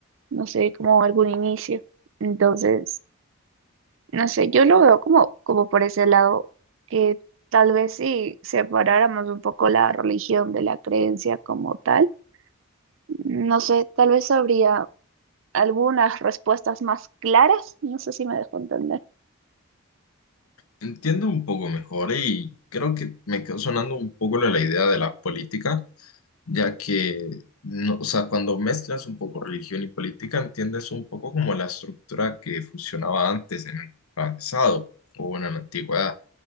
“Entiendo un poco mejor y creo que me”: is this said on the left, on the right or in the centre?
Left